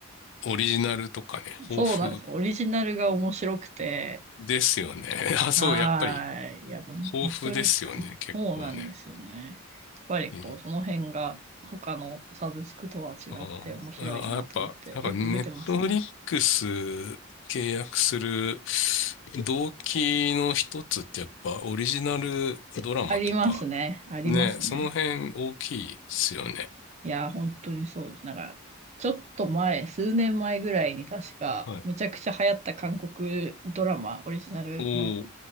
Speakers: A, on the left (about 60°); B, on the right (about 30°).
A: オリジナルとかね、
B: そうなんです。
A: 豊富
B: オリジナルが面白くて、
A: ですよね。<laughs> あ、
B: はーい。
A: そう、やっぱり
B: いや、
A: 豊富ですよね、
B: ネットリックス、
A: 結構ね。
B: そうなんですよね。やっぱりこう、
A: えー
B: その辺が他のサブスクとは違って面白いなと思って、
A: ああ、あやっぱ、なんかネットフリックス
B: よく見てますね。
A: 契約する動機の一つってやっぱオリジナルドラマとか、
B: ありますね。ありますね。
A: ね、その辺大きいですよね。
B: いや、本当にそうです。なんか、ちょっと前、数年前ぐらいに確か、
A: はい。
B: めちゃくちゃ流行った韓国ドラマ、オリジナルの
A: おー、